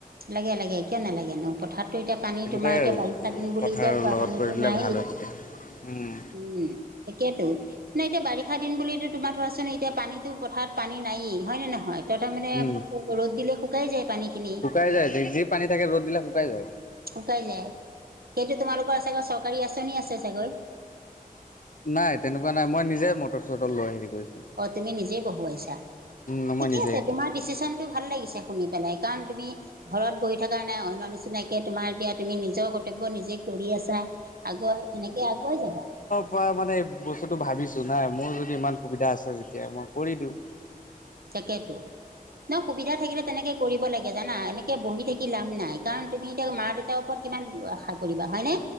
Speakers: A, on the right; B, on the left.
A: লাগে - লাগে কিয় নালাগে নো পথাৰতো এতিয়া পানী
B: তেনেকুৱাই
A: তোমাৰ এতিয়া
B: আৰু
A: বাৰিষা দিন বুলি
B: পথাৰৰ
A: এতিয়া পোৱা
B: লগত
A: পানীতটো
B: কৰি দিলে
A: নাই
B: ভাল হয় তেতিয়া। উম,
A: উম, তাকেটো নাই এতিয়া বাৰিষা দিন বুলি তোমাৰ ধৰাচোন এতিয়া পানীতো পথাৰত পানী নায়েই হয় নে নহয়। ত তাত মানে
B: উম,
A: ৰ'দ দিলে শুকাই যায় পানীখিনি।
B: শুকাই যায় যি পানী থাকে ৰ'দ দিলে শুকাই যায়।
A: শুকাই যায় সেইটো তোমালোকৰ চাগৈ চৰকাৰী আঁচনি আছে চাগৈ?
B: নাই তেনেকুৱা নাই মই নিজে মটৰ চটৰ লৈ হেৰি কৰিছো।
A: অ, তুমি নিজেই বহুৱাইছা
B: উম, মই
A: ঠিকে
B: নিজে।
A: আছে তোমাৰ ডিচিশচন টো ভাল লাগিছে শুনি পেলাই কাৰণ তুমি ঘৰত বহি থকা নাই অন্য নিচিনাকে তোমাৰ এতিয়া তুমি নিজৰ ক কৰ্তব্য নিজে কৰি আছা আগুৱাই এনেকে আগুৱাই যাবা।
B: তা মানে এই বস্তুটো ভাবিছো নাই মোৰ যদি ইমান সুবিধা আছে যেতিয়া মই কৰি দিও।
A: তাকেতো ন সুবিধা থাকিলে তেনেকে কৰিব লাগে জানা এনেকে বহি থাকি লাভ নাই। কাৰণ তুমি এতিয়া মা দেউতাৰ ওপৰত কিমান আশা কৰিবা হয়নে